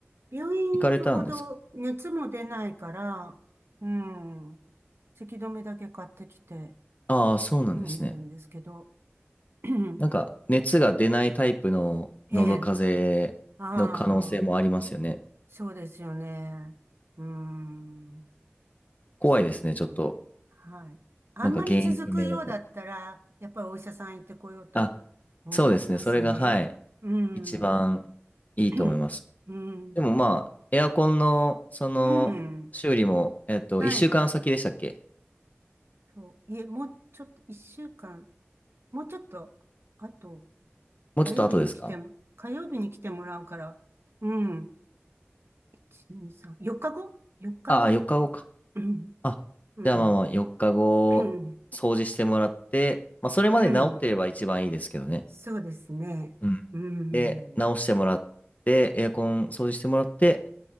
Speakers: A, on the right; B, on the left.
A: 病院行くほど熱も出ないから、
B: 行かれたんですか
A: うん。せき止めだけ買ってきて
B: ああ、そうなんですね。
A: 飲んでるんですけど。<clears throat>
B: なんか熱が出ないタイプの喉風邪の可能性もありますよね。
A: ええ。ああ、そうですよね。うん。
B: 怖いですね、
A: そうですね。
B: ちょっと。
A: はい。あんまり続くようだったら、
B: なんか原因不明だと。
A: やっぱりお医者さん行ってこようと思いますね。
B: あ、そうですね。それが、はい、
A: うん。
B: 一番いいと思います。
A: <clears throat> うん。
B: でもまあ、エアコンの、その、
A: うん。
B: 修理も、えっと、
A: はい。
B: 1週間先でしたっけ
A: と、いえ、もうちょっと、一週間、もうちょっと、あと、
B: もうちょっと後ですか
A: 火曜日に来ても、火曜日に来てもらうから、うん。1、2、3、4日後 ?4
B: ああ、
A: 日後。
B: 4日後か。
A: うん。
B: あ、
A: うん。
B: じゃあまあまあ、4日後、
A: うん。
B: 掃除してもらって、まあ、それまで治ってれば一番いいですけどね。
A: うんそうですね。
B: うん。
A: うん。
B: で、直してもらって、エアコン掃除してもらって、